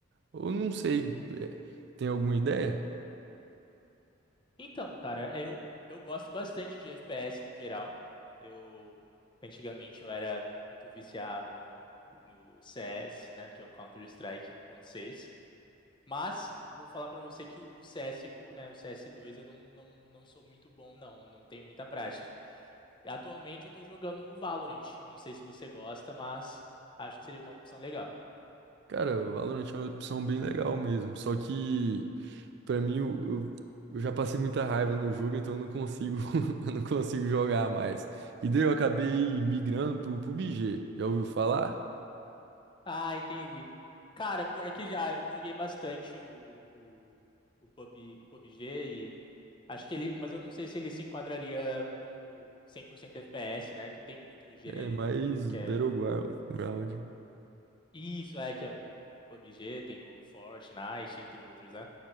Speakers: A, on the right (about 55°); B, on the left (about 25°).
A: Ou não sei, é, tem alguma ideia?
B: Então, cara, é, eu, eu gosto bastante de FPS no geral. Eu antigamente eu era muito viciado no, no CS, né, que é o Counter-Strike 1.6. Mas vou falar pra você que o CSGO, né, o CS2, eu não, não, não sou muito bom, não, não tenho muita prática. E atualmente eu tô jogando o Valorant. Eu não sei se você gosta, mas acho que seria uma opção legal.
A: Cara, Valorant é uma opção bem legal mesmo. Só que, pra mim, eu, eu, eu já passei muita raiva no jogo, então eu não consigo, <laughs> eu não consigo jogar mais. E daí eu acabei migrando pro PUBG. Já ouviu falar?
B: Ah, entendi. Cara, pior que já, eu joguei bastante o, o, o, PUB, o PUBG e acho que ele, mas eu não sei se ele se enquadraria como 100% FPS, né? Que tem um outro gênero
A: É mais
B: que
A: Battleground.
B: é
A: ground.
B: isso, é que é o PUBG, tem o Fortnite, entre outros, né?